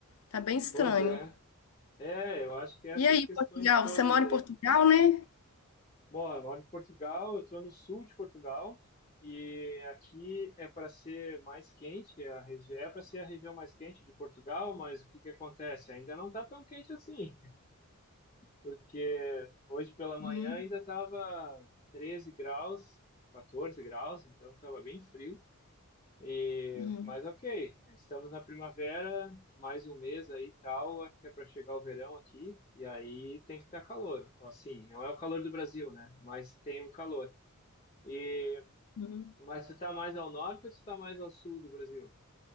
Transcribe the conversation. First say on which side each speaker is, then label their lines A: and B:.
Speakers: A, on the left; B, on the left.
A: Tá bem estranho.
B: Pois é. É, eu acho que é essas
A: E aí,
B: questões
A: Portugal,
B: todas
A: você mora
B: aí.
A: em Portugal, né?
B: Bom, eu moro em Portugal, eu estou no sul de Portugal e aqui é para ser mais quente, é a região, é para ser a região mais quente de Portugal, mas o que que acontece? Ainda não está tão quente assim. porque hoje pela manhã
A: Uhum,
B: ainda estava 13 graus, 14 graus, então estava bem frio. E,
A: uhum,
B: mas ok, estamos na primavera, mais um mês aí e tal, acho que é para chegar o verão aqui, e aí tem que estar calor. Assim, não é o calor do Brasil, né? Mas tem um calor. E,
A: uhum.
B: mas tu tá mais ao norte ou tu tá mais ao sul do Brasil?